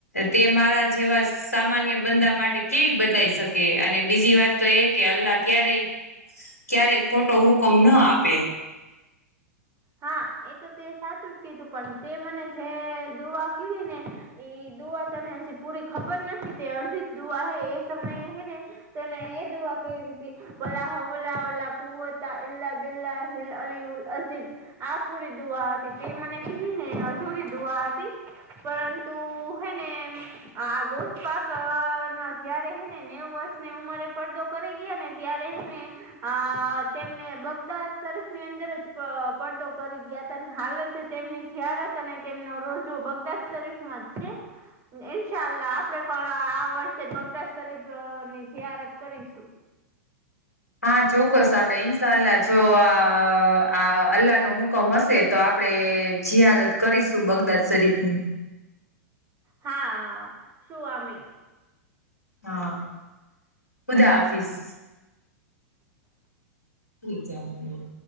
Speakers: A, on the left; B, on the right.
A: તે મારા જેવા સામાન્ય બંદા માટે કેવી બદલાઈ શકે. અને બીજી વાતતો એકે અલ્લાહ ક્યારેય ક્યારેય ખોટો હુકમ ના આપે.
B: હા એતો તે સાચું જ કીધું પણ તે મને જે દુઆ કી ને. એ દુઆ તને હજી પૂરી ખબર નથી, તે અડધી જ દુઆ હએ સમયે હને. તોને એ દવા કઈ રીવલા હવલા વલા કુવતા એલા બિલા હિલ અલી ઉલ અઝીઝ. આ પૂરી દુઆ હતી તે મને કીધી ને અધૂરી દુઆ હતી. પરંતુ હેને આ આ ગોશ પાક જયારે હે ને નેવ વર્ષની ઉંમરે પડદો કરી ગયા ને. ત્યાં રહીને, અ તેમને બગદાદ શરીફ ની અંદર જ પડદો કરી ગયા હતા હાલ છે તેમની જયારત અને તેમનો રોજો બગદાદ શરીફમાં જ છે. ઇન્શાલ્લા આપડે પણ આ વર્ષે બગદાદ શરીફ ની જહરત કરીશું.
A: હા ચોક્કસ આપડે ઇન્શા અલ્લાહ જો આ આ અલ્લાહ નો હુકમ હશે તો આપડે જીઆારદ કરીશું બગદાદ શરીફની.
B: હા શું અમીન.
A: હા, ખુદા હાફિસ. ી જ. <unintelligible>